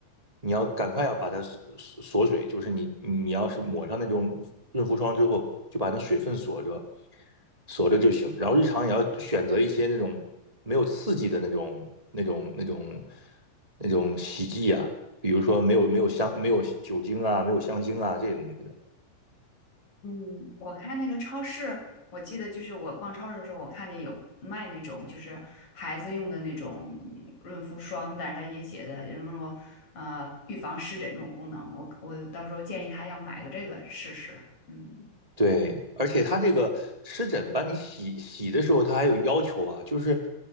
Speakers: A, on the right; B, on the left.
A: 你要赶快要把它锁锁锁水，就是你你要是抹上那种润肤霜之后，就把那水分锁着，锁着就行。然后日常也要选择一些那种没有刺激的那种那种那种那种洗剂啊，比如说没有没有香没有酒精啊，没有香精啊这种东西的。
B: 嗯，我看那个超市，我记得就是我逛超市的时候，我看见有卖那种就是孩子用的那种润肤霜，但是它也写的能够呃预防湿疹这种功能。我我到时候建议他要买个这个试试。嗯。
A: 对，而且他这个湿疹吧，你洗洗的时候，他还有要求啊，就是